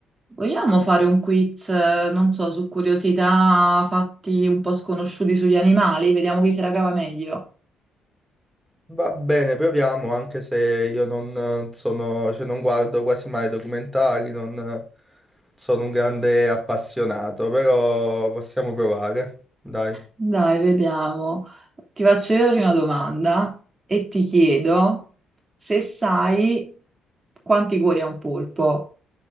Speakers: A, on the right; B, in the centre.
A: Vogliamo fare un quiz, eh, non so, su curiosità, fatti un po' sconosciuti sugli animali? Vediamo chi se la cava meglio.
B: Va bene, proviamo, anche se io non eh, sono, cioè non guardo quasi mai documentari, non eh, sono un grande appassionato, però possiamo provare, dai.
A: Dai, vediamo. Ti faccio io la prima domanda e ti chiedo se sai quanti cuori ha un polpo.